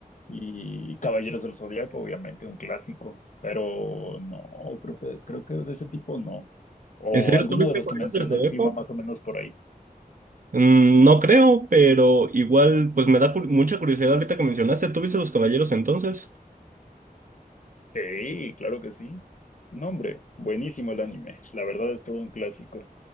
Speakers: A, on the left; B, on the right.
A: Y Caballeros del Zodiaco, obviamente, un clásico, pero no, creo que, creo que de ese tipo no. O
B: ¿En serio
A: alguno
B: tuviste
A: de los
B: Caballeros
A: que mencioné
B: del Zodíaco?
A: sí va más o menos por ahí.
B: Mm, no creo, pero igual, pues me da cu- mucha curiosidad ahorita que mencionaste. ¿Tú viste los caballeros entonces?
A: Sí, claro que sí. No, hombre, buenísimo el anime. La verdad es todo un clásico.